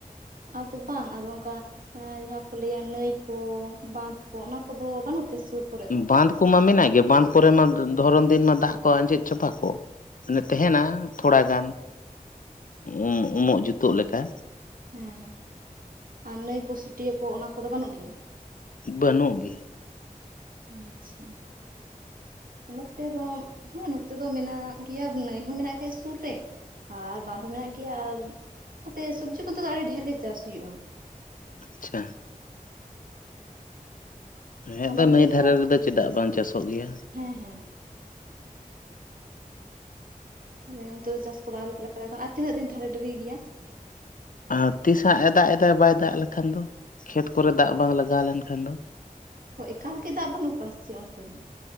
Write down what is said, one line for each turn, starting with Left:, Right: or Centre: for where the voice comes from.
Right: ᱟᱫᱚ ᱵᱟᱝ ᱟᱫᱚ ᱚᱱᱠᱟ ᱦᱮ ᱡᱟᱸᱦᱟ ᱠᱚ ᱞᱟᱹᱭᱟ ᱱᱟᱹᱭ ᱠᱚ, ᱵᱟᱸᱱᱫᱷ ᱠᱚ, ᱚᱱᱟ ᱠᱚᱫᱚ ᱵᱟᱹᱱᱩᱜ ᱛᱮ ᱥᱩᱨ ᱠᱚᱨᱮ ᱫᱚ
Left: ᱵᱟᱸᱱᱫᱷ ᱠᱚᱢᱟ ᱢᱮᱱᱟᱜ ᱜᱮ ᱵᱟᱸᱱᱫᱷ ᱠᱚᱨᱮ ᱢᱟ ᱫᱷᱚᱨᱚᱱ ᱫᱤᱱ ᱢᱟ ᱫᱟᱜ ᱠᱚ ᱟᱸᱡᱮᱫ ᱪᱟᱵᱟ ᱠᱚᱜ᱾ ᱢᱟᱱᱮ ᱛᱟᱦᱮᱱᱟ ᱛᱷᱚᱲᱟᱜᱟᱱ ᱩᱸ ᱩᱢᱚᱜ ᱡᱩᱛᱩᱜ ᱞᱮᱠᱟ᱾
Right: ᱦᱮᱸ ᱦᱮᱸ ᱟᱨ ᱱᱟᱹᱭᱠᱩ ᱥᱩᱴᱤᱭᱟᱹ ᱠᱚ ᱚᱱᱟ ᱠᱚᱫᱚ ᱵᱟᱹᱱᱩᱜ ᱜᱮ?
Left: ᱵᱟᱹᱱᱩᱜ
Right: ᱟᱪᱪᱷᱟ ᱟᱯᱮ ᱫᱚᱢ ᱦᱮᱸ ᱱᱚᱛᱮ ᱫᱚ ᱢᱮᱱᱟᱜ ᱜᱮᱭᱟ ᱢᱟᱱᱮ <unintelligible> ᱢᱮᱱᱟᱜ-ᱟ ᱥᱮ ᱥᱩᱨ ᱨᱮ ᱟᱨ ᱵᱟᱸᱫᱷ ᱦᱚᱸ ᱢᱮᱱᱟᱜ ᱜᱮᱭᱟ ᱟᱨ ᱠᱟᱛᱮ ᱥᱚᱵᱡᱤ ᱠᱚᱫᱚ ᱟᱹᱰᱤ ᱰᱷᱮᱨ ᱞᱮ ᱪᱟᱥ ᱦᱩᱭᱩᱜᱼᱟ᱾
Left: ᱟᱪᱪᱷᱟ᱾ ᱦᱮᱸ
Right: ᱛᱟᱦᱚᱞᱮ
Left: ᱛᱚ
Right: ᱚᱱᱛᱮ
Left: ᱱᱟᱹᱭ ᱫᱷᱟᱨᱮ
Right: ᱫᱚ
Left: ᱨᱮᱫᱚ ᱪᱮᱫᱟᱜ ᱵᱟᱝ ᱪᱟᱥᱚᱜ ᱜᱮᱭᱟ᱾
Right: ᱦᱮᱸ ᱦᱮᱸ᱾ ᱛᱟᱦᱚᱞᱮ ᱱᱤᱛᱚᱜ ᱫᱚ ᱪᱟᱥ ᱠᱚᱫᱚ ᱟᱹᱣᱨᱤ <unintelligible> ᱟᱨ ᱛᱤᱱᱟᱹᱜ ᱫᱤᱱ ᱛᱟᱦᱚᱞᱮ ᱰᱤᱨᱤ ᱜᱮᱭᱟ᱾
Left: ᱟᱨ ᱛᱤᱥ ᱦᱟᱸᱜ ᱮ‌ ᱫᱟᱜ ᱮᱫᱟᱭ ᱵᱟᱭ ᱫᱟᱜ ᱞᱮᱠᱷᱟᱱ ᱫᱚ ᱠᱷᱮᱛ ᱠᱚᱨᱮ ᱫᱟᱜ ᱵᱟᱝ ᱞᱟᱜᱟᱣ ᱞᱮᱱᱠᱷᱟᱱ ᱫᱚ᱾
Right: ᱚ ᱮᱠᱟᱞ ᱜᱮ ᱫᱟᱜ ᱵᱟᱹᱱᱩᱜ ᱟᱠᱟᱜ ᱥᱮ ᱪᱮᱜ ᱚᱱᱛᱮ ᱫᱚ?